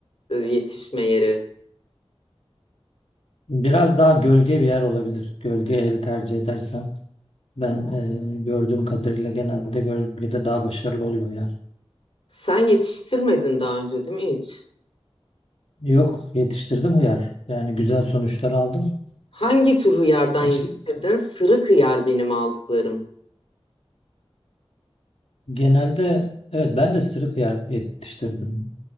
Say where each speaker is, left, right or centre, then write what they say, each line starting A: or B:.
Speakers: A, on the left (about 65°); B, on the left (about 80°).
A: e, yetişme yeri?
B: Biraz daha gölge bir yer olabilir. Gölge yeri tercih edersen ben e, gördüğüm kadarıyla genelde gölgede daha başarılı oluyor yer.
A: Sen yetiştirmedin daha önce değil mi hiç?
B: Yok yetiştirdim uyar. Yani güzel sonuçlar aldım.
A: Hangi tür hıyardan
B: Hiç
A: yetiştirdin? Sırık hıyar benim aldıklarım.
B: genelde evet ben de sırık yer yetiştirdim.